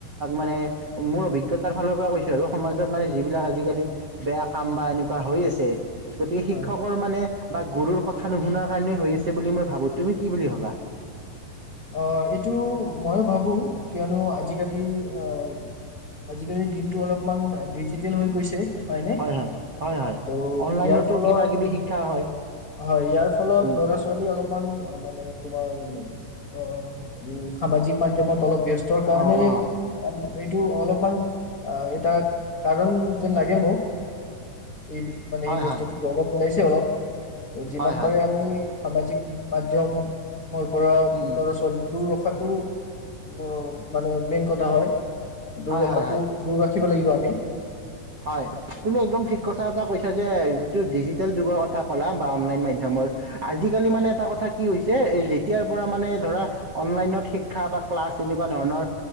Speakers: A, on the right; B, on the left.
A: মানে মোৰ অভিজ্ঞতাৰ ফালৰ পৰা কৈছোঁ আৰু সমাজত মানে যিবিলাক আজিকালি বেয়া কাম বা এনেকুৱা হৈ আছে। গতিকে শিক্ষকৰ
B: হয়
A: মানে। বা গুৰুৰ কথা নুশুনাৰ কাৰণেই হৈ আছে। বুলি মই ভাবো তুমি কি বুলি ভাবা।
B: অ এইটো মইো ভাবো কিয়নো আজিকালি আহ আজিকালিৰ দিনটো অলপমান ডিজিটেল হৈ গৈছে। হয়নে
A: হয় হয় হয় হয়
B: ত'
A: অনলাইনতো
B: ইয়াৰ ফলত
A: কিবা কিবি শিক্ষা হয়
B: হয় ইয়াৰ ফলত
A: উম
B: ল'ৰা ছোৱালী অলপমান মানে তোমাৰ। ওম। অঁ সামাজিক মাধ্যমত। অলপ ব্যস্তৰ কাৰণেই
A: অ অ
B: কাম। এইটো অলপমান এটা কাৰণ যেন লাগে মোক। এই মানে
A: হয়
B: এই বস্তুটো।
A: হয়
B: উলাইছে অলপ। ত' যিমান
A: হয় হয়
B: পাৰে আমি সামাজিক মাধ্যমত। মই পৰা। ল'ৰা
A: উম উম
B: ছোৱালীক দূৰ ৰখাতো। উ মানে মেইন কথা হয়। দূৰ
A: হয়
B: ৰখাতটো
A: হয় হয়
B: দূৰ ৰাখিব লাগিব আৰু। <unintelligible>
A: হয় তুমি একদম ঠিক কথা এটা কৈছা যে যিটো ডিজিটেল যুগৰ কথা ক'লা বা অনলাইন মাধ্যমৰ আজিকালি মানে এটা কথা কি হৈছে যেতিয়াৰ পৰা মানে ধৰা অনলাইনত শিক্ষা বা ক্লাছ এনেকুৱা ধৰণৰ